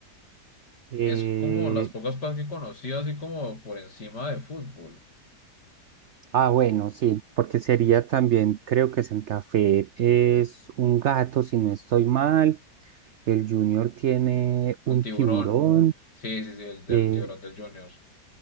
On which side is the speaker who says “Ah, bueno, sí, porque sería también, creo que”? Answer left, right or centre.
Right